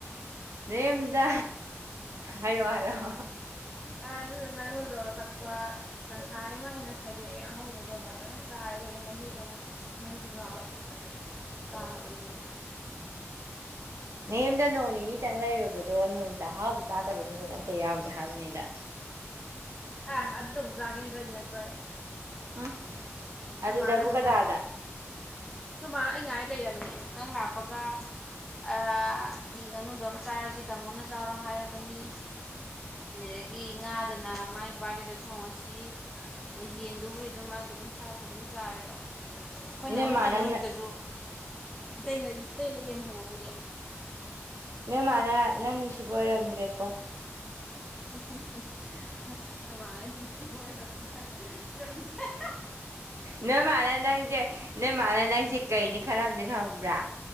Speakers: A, on the right; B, in the centre.
A: ꯅꯥꯌꯨꯝꯗ ꯍꯥꯏꯔꯛꯑꯣ ꯍꯥꯏꯔꯛꯑꯣ
B: ꯑꯥ ꯑꯗꯨꯗꯣ ꯉꯥꯅꯨ ꯗꯣ ꯇꯛꯄ ꯇꯪꯈꯥꯏ ꯑꯃ ꯍꯦꯟꯅ ꯈꯥꯏꯗꯣꯛꯑꯦ ꯑꯉꯧꯕꯗꯣ ꯐꯖꯅ ꯆꯥꯔꯦ ꯑꯗꯨꯒ ꯃꯍꯤꯗꯣ ꯑꯃꯨꯛ ꯃꯍꯤ ꯗꯨꯁꯨ ꯍꯥꯎꯋ ꯆꯥꯕꯅꯤ
A: ꯅꯥꯌꯨꯝꯗꯥ ꯅꯣꯡ ꯅꯤꯅꯤ ꯗꯪ ꯂꯩꯔꯨꯕꯗꯥ ꯑꯗꯣ ꯅꯣꯡꯃꯇ ꯑꯍꯥꯎꯕ ꯆꯥꯗꯕ ꯅꯨꯃꯤꯠ ꯑꯝꯇ ꯌꯥꯎꯗꯦ ꯍꯥꯏꯕꯅꯤꯗ
B: ꯑꯦ ꯑꯗꯨꯇꯥꯕꯨ ꯖꯥꯒꯦꯅꯥ ꯆꯠꯂꯤ ꯅꯥꯠꯇꯔꯣ ꯑꯩ
A: ꯎꯝ
B: ꯑꯩꯈꯣꯏ
A: ꯑꯗꯨꯗꯕꯨ
B: ꯃꯥꯅ
A: ꯀꯅꯥꯅꯥ
B: ꯉꯥꯏ ꯑꯩꯈꯣꯏ ꯃꯥ ꯅꯥ ꯑꯩ ꯉꯥꯏꯔꯥ ꯂꯩꯔꯦ ꯍꯥꯏꯕꯅꯦ ꯅꯪ ꯂꯛꯄꯒ ꯑ ꯉꯥꯅꯨꯗꯣ ꯑꯃ ꯆꯥꯔꯁꯤ ꯇꯥꯃꯣꯅ ꯆꯥꯔꯣ ꯍꯥꯏꯔꯕꯅꯤ ꯑꯗꯨꯗꯒꯤ ꯉꯥꯗꯅ ꯃꯥꯏ ꯕꯥꯔꯗꯦ ꯗ ꯊꯣꯡꯉꯁꯤ ꯑꯗ ꯌꯦꯟꯗꯨꯕꯨꯗꯤ ꯑꯗꯨꯝ ꯃꯔꯛꯇ ꯑꯗꯨꯝ ꯊꯔꯛꯇ ꯑꯗꯨꯝ ꯆꯥꯔꯦꯗꯣ ꯑꯩꯈꯣꯏꯅ
A: ꯅꯣꯏ
B: ꯉꯥꯅꯨ
A: ꯃꯥꯅ
B: ꯊꯣꯡꯕ ꯅꯨꯃꯤꯠꯇꯁꯨ ꯏꯇꯩꯅ ꯏꯇꯩꯩꯅ ꯌꯦꯟ ꯊꯣꯡꯕ ꯄꯤꯔꯛꯑꯦ
A: ꯅꯣꯏ ꯃꯥꯅ ꯅꯪ ꯅꯨꯡꯁꯤꯕ ꯑꯣꯏꯔꯝꯗ꯭ꯔꯦꯀꯣ
B: eikhoi ꯃꯥ ꯅꯥ ꯑꯩ ꯅꯨꯡꯁꯤꯕꯥ ꯑꯣꯏꯔꯝꯗꯔ꯭ꯦ ꯆꯇꯂꯣ
A: ꯅꯣꯏ ꯃꯥꯅ ꯅꯪꯁꯦ ꯅꯣꯏ ꯃꯥꯅ ꯅꯪꯁꯦ ꯀꯩꯅꯤ ꯈꯜꯂꯝꯅꯤ ꯈꯪꯕ꯭ꯔꯥ